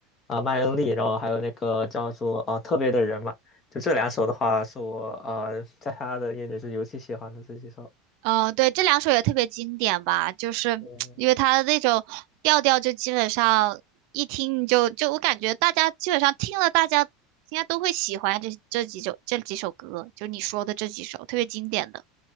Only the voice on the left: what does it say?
啊、My Only，然后还有那个叫做啊、特别的人嘛，就这两首的话，是我呃在他的眼里是尤其喜欢的这几首。
对，